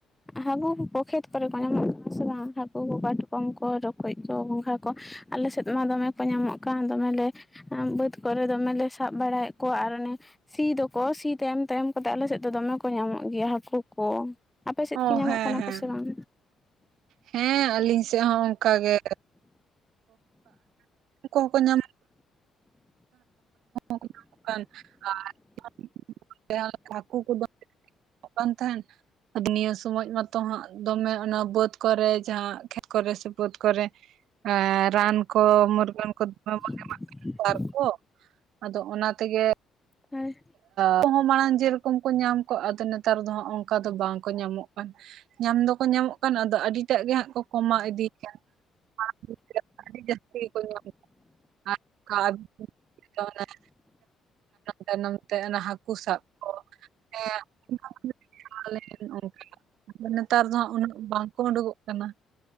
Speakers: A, in the centre; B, on the right.
A: ᱦᱟᱹᱠᱩ ᱠᱚ ᱠᱷᱮᱛ ᱠᱚᱨᱮ ᱠᱚ ᱧᱟᱢᱚᱜ ᱠᱟᱱᱟ ᱥᱮ ᱵᱟᱝ ᱦᱟᱹᱠᱩ ᱠᱚ ᱠᱟᱴᱠᱚᱢ ᱠᱚ ᱨᱚᱠᱚᱡ ᱠᱚ ᱜᱚᱸᱜᱷᱟ ᱠᱚ? ᱟᱞᱮ ᱥᱮᱫ ᱢᱟ ᱫᱚᱢᱮ ᱠᱚ ᱧᱟᱢᱚᱜ ᱠᱟᱱ ᱫᱚᱢᱮᱞᱮ ᱵᱟᱹᱫᱽ ᱠᱚᱨᱮ ᱫᱚᱢᱮᱞᱮ ᱥᱟᱵ ᱵᱟᱲᱟ᱾ ᱠᱚ ᱟᱨ ᱚᱱᱮ, ᱥᱤ ᱫᱚᱠᱚ ᱥᱤ ᱛᱟᱭᱚᱢ ᱛᱟᱭᱚᱢ ᱠᱟᱛᱮ ᱟᱞᱮ ᱥᱮᱫ ᱫᱚ ᱫᱚᱢᱮ ᱠᱚ ᱧᱟᱢᱚᱜ ᱜᱮᱭᱟ ᱦᱟᱹᱠᱩ ᱠᱚ ᱾ ᱟᱯᱮ ᱥᱮᱫ
B: ᱚ
A: ᱜᱮ ᱧᱟᱢᱚᱜ
B: ᱦᱮᱸ
A: ᱠᱟᱱᱟ
B: ᱦᱮᱸ
A: ᱥᱮ ᱵᱟᱝ?
B: ᱦᱮᱸ ᱟᱹᱞᱤᱧ ᱥᱮᱫ ᱦᱚᱸ ᱚᱱᱠᱟ ᱜᱮ <inaudible> ᱠᱚ ᱧᱟᱢᱚ᱾ <unintelligible> ᱵᱟᱝ ᱛᱟᱦᱮᱱ ᱟ ᱱᱤᱭᱟᱹ ᱥᱚᱢᱚᱭ ᱢᱟᱛᱚ ᱦᱟᱸᱜ ᱫᱚᱢᱮ ᱚᱱᱟ ᱵᱟᱹᱫᱽ ᱠᱚᱨᱮ ᱡᱟᱦᱟᱸ ᱠᱷᱮᱛ ᱠᱚᱨᱮ ᱥᱮ ᱵᱟᱹᱫᱽ ᱠᱚᱨᱮ᱾ ᱮ ᱨᱟᱱ ᱠᱚ ᱢᱩᱨᱜᱟᱹᱱ ᱠᱚ ᱫᱚᱢᱮ᱾
A: <unintelligible>
B: ᱮᱢᱟᱜ ᱠᱟᱱᱟ ᱥᱟᱨ ᱠᱚ ᱟᱫᱚ ᱚᱱᱟ ᱛᱮᱜᱮ᱾
A: ᱦᱮᱸ
B: ᱟᱠ ᱦᱚᱸ ᱢᱟᱲᱟᱝ ᱡᱮᱨᱚᱠᱚᱢ ᱠᱚ ᱧᱟᱢ ᱠᱚᱜ ᱟᱫᱚ ᱱᱮᱛᱟᱨ ᱫᱚ ᱦᱟᱸᱜ ᱚᱱᱠᱟ ᱫᱚ ᱵᱟᱝᱠᱚ ᱧᱟᱢᱚᱜ ᱠᱟᱱᱟ ᱾ ᱧᱟᱢ ᱫᱚᱠᱚ ᱧᱟᱢᱚᱜ ᱠᱟᱱ ᱟᱫᱚ ᱟᱹᱰᱤᱴᱟᱜ ᱜᱮ ᱦᱟᱸᱜ ᱠᱚ ᱠᱚᱢᱟᱣ ᱤᱫᱤᱭ ᱠᱟᱱᱟ ᱾ <unintelligible> ᱡᱟᱹᱥᱛᱤ ᱜᱮᱠᱚ‌ ᱧᱟᱢᱚ ᱟᱨ <unintelligible> ᱛᱟᱭᱱᱚᱢ ᱛᱟᱭᱱᱚᱢ ᱚᱱᱟ ᱦᱟᱹᱠᱩ ᱥᱟᱵ ᱠᱚ <unintelligible> ᱱᱮᱛᱟᱨ ᱫᱚ ᱦᱟᱸᱜ ᱩᱱᱟᱹᱜ ᱵᱟᱝᱠᱚ ᱩᱰᱩᱠᱚᱜ ᱠᱟᱱᱟ ᱾